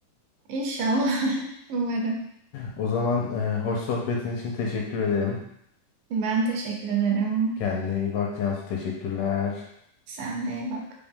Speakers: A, on the right; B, on the left.
A: İnşallah. <laughs> Umarım.
B: O zaman e, hoş sohbetin için teşekkür ederim.
A: Ben teşekkür ederim.
B: Kendine iyi bak Cansu. Teşekkürler.
A: Sen de iyi bak.